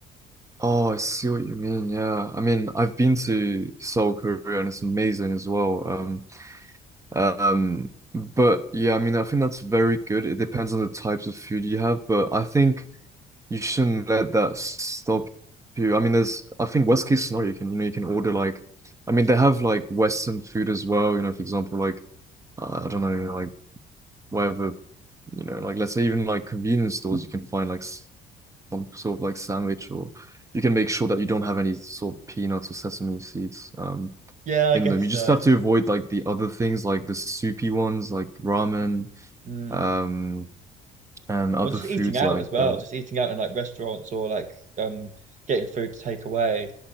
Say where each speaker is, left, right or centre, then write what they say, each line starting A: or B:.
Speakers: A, on the right; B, on the right.
A: Oh, I see what you mean. Yeah. I mean, I've been to Seoul, Korea, and it's amazing as well. Um, um, but yeah, I mean, I think that's very good. It depends on the types of food you have, but I think you shouldn't let that stop you. I mean, there's, I think worst case scenario, you can, you know, you can order like, I mean, they have like Western food as well. You know, for example, like, uh, I don't know, like whatever, you know, like let's say even like convenience stores, you can find like some sort of like sandwich, or you can make sure that you don't have any sort of peanuts or sesame seeds um,
B: Yeah, I
A: in
B: guess
A: them. You
B: so.
A: just have to avoid like the other things, like the soupy ones, like ramen,
B: Mm.
A: um, and other
B: Well, just
A: foods
B: eating out
A: like
B: as well,
A: that.
B: just eating out in like restaurants or like um getting food to take away.